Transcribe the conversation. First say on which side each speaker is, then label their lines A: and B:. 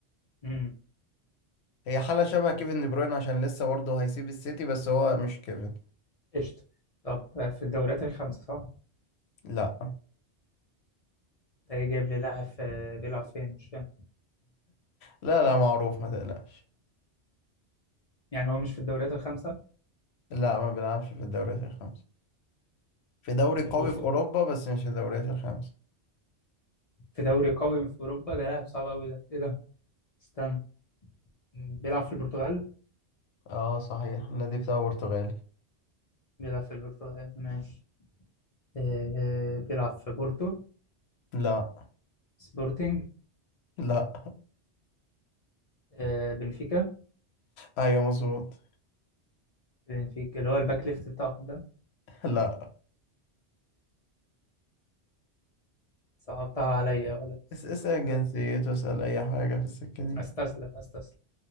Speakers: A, on the left; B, on the left.
A: امم
B: هي حالة شبه كيفن دي بروين عشان لسه برضه هيسيب السيتي بس هو مش كيفن
A: قشطه طب في الدوريات الخمسه صح
B: لا
A: ده إيه جايب لي لاعب في- بيلعب فين مش فاهم
B: لا لا معروف ما تقلقش
A: يعني هو مش في الدوريات الخمسه
B: لا ما بيلعبش في الدوريات الخمسة في دوري قوي
A: وفي
B: في اوروبا بس مش الدوريات الخمسة
A: دوري قوي في اوروبا ده لاعب صعب قوي ده ايه ده استنى بيلعب في البرتغال
B: اه صحيح النادي بتاعه برتغالي
A: بيلعب في البرتغال ماشي آه، بيلعب في بورتو
B: لا
A: سبورتينج
B: لا <laughs>
A: آه، بنفيكا
B: ايوه مظبوط
A: بنفيكا اللي هو الباك ليفت بتاعهم ده
B: لا
A: صعبتها عليا يا ولد
B: اس- اسأل
A: لا
B: جنسيته اسأل اي حاجة في السكة دي
A: استسلم استسلم